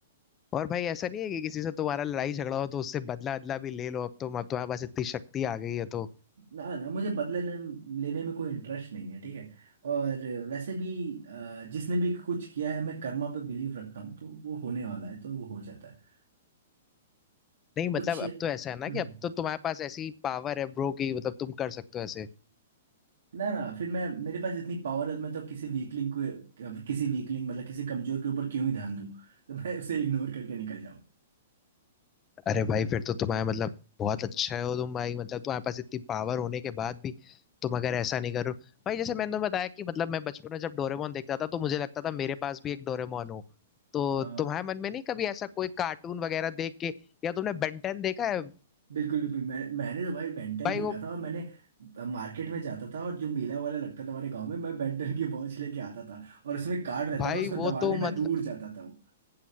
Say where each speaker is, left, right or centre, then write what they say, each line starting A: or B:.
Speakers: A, on the left; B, on the right.
A: और भाई ऐसा नहीं है कि किसी से तुम्हारा लड़ाई झगड़ा हो तो उससे बदला अदला भी ले लो अब तो मतलब तुम्हारे पास इतनी शक्ति आ गई है तो
B: ना ना मुझे बदले ले, लेने में कोई इंटरेस्ट नहीं है ठीक है और वैसे भी अ, जिसने भी कुछ किया है मैं कर्मा पे बिलीव रखता हूँ तो वो होने वाला है तो वो हो जाता है
A: नहीं मतलब
B: कुछ हम्म,
A: अब तो ऐसा है ना कि
B: हम्म।
A: अब तो तुम्हारे पास ऐसी पावर है ब्रो कि मतलब तुम कर सकते हो ऐसे
B: ना ना फिर मैं मेरे पास इतनी पावर है मैं तो किसी वीकलिंग को किसी वीकलिंग मतलब किसी कमजोर के ऊपर क्यों ही ध्यान दूं तो मैं उसे इग्नोर करके निकल जाऊं
A: अरे भाई फिर तो तुम्हारे मतलब बहुत अच्छा हो तुम भाई मतलब तुम्हारे पास इतनी पावर होने के बाद भी तुम अगर ऐसा नहीं करो भाई जैसे मैंने तुम्हें बताया कि मतलब मैं बचपन में जब डोरेमोन देखता था तो मुझे लगता था मेरे पास भी एक डोरेमोन हो तो
B: अ,
A: तुम्हारे मन में नहीं कभी ऐसा कोई कार्टून वगैरह देख के या तुमने बेंटेन देखा है
B: बिल्कुल बिल्कुल मैं, मैंने तो भाई बेंटन
A: भाई
B: देखा
A: वो
B: था और मैंने मार्केट में जाता था और जो मेला वाला लगता था हमारे गांव में मैं बेंटन की वॉच लेके आता था और उसमें कार्ड रहता
A: भाई
B: था उसको
A: वो
B: दबाने
A: तो
B: पे
A: मतलब
B: दूर जाता था वो